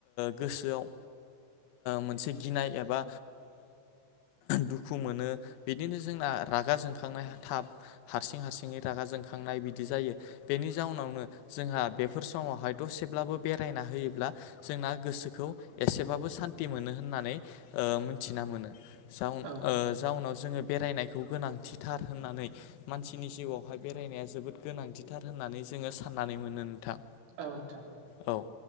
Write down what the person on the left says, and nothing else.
गोसोआव मोनसे गिनाय एबा दुखु मोनो बिदिनो जोंना रागा जोंखांनाया थाब हारसिं हारसिंनि रागा जोंखांनाय बिदि जायो। बेनि जाउनावनो जोंहा बेफोर समावहायथ'सेब्लाबो बेरायना होयोब्ला जोंना गोसोखौ एसेबाबो सान्थि मोनो होननानै ओ मिथिना मोनो। जा
जाउनाव जोङो बेरायनायखौ गोनांथि थार होननानै मानसिनि जिउआवहाय बेरायनाया जोबोद गोनांथिथार होननानै जोङो साननानै मोनो नोंथां।
औ